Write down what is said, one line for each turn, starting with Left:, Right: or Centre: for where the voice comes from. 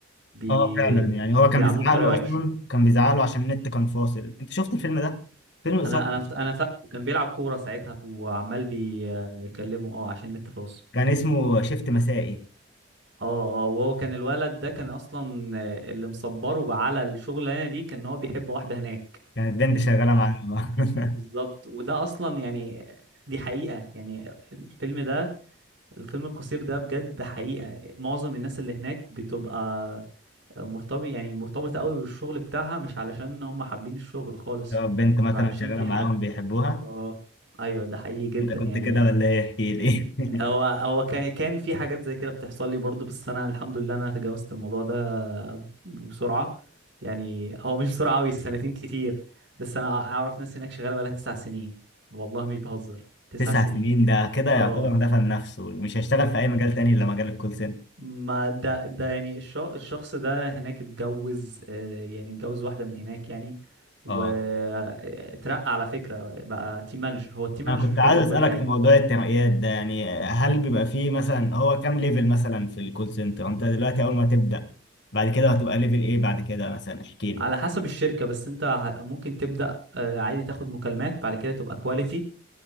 Right: بي...
Left: اه فعلا يعني هو
Right: بيعاملوه
Left: كان بيزعق
Right: بطريقة
Left: له
Right: وحشة
Left: اصلا كان بيزعق له عشان النت كان فاصل انت شفت الفيلم ده فيلم قصير
Right: أنا أنا فت- أنا فاكر كان بيلعب كورة ساعتها وعمال بيكلمه أه عشان النت فاصل
Left: كان اسمه شيفت مسائي
Right: اه اه وهو كان الولد ده كان اصلا آه، اللي مصبره على الشغلانه دي كان هو بيحب واحده هناك
Left: كانت بنت شغالة معاهم <laughs>
Right: وبالظبط وده اصلا يعني دي حقيقه يعني الفيلم ده الفيلم القصير ده بجد حقيقة معظم الناس اللي هناك بتبقى مرتبط يعني مرتبطة قوي بالشغل بتاعها مش علشان هم حابين الشغل خالص
Left: طب بنت مثلا
Right: بيبقى علشان
Left: شغالة
Right: في
Left: معاهم
Right: حد
Left: بيحبوها
Right: اه ايوه ده حقيقي جدا
Left: انت كنت
Right: يعني
Left: كده ولا ايه احكي لي
Right: هو
Left: <laughs>
Right: هو كان كان في حاجات زي كده بتحصل لي برضو بس انا الحمد لله انا تجاوزت الموضوع ده بسرعة يعني هو مش بسرعة قوي سنتين كتير بس انا اعرف ناس هناك شغالة بقالها تسع سنين والله مش بهزر تسع
Left: تسع
Right: سنين
Left: سنين ده كده يعتبر
Right: اه
Left: دفن نفسه مش هيشتغل في اي مجال تاني الا مجال الكول سنتر
Right: ما ده ده يعني الش- الشخص ده هناك اتجوز آه، يعني اتجوز واحدة من هناك يعني واترقى
Left: اه
Right: على فكرة بقى تيم مانجر هو التيم مانجر
Left: انا كنت
Right: حلو
Left: عايز
Right: وكل
Left: اسالك
Right: حاجة
Left: في موضوع الترقيات ده يعني هل بيبقى فيه مثلا هو كام ليفل مثلا في الكول سنتر انت دلوقتي اول ما تبدا بعد كده هتبقى ليفل ايه بعد كده مثلا احكي لي
Right: على حسب الشركة بس انت ه- ممكن تبدأ آه، عادي تاخد مكالمات بعد كده تبقى كواليتي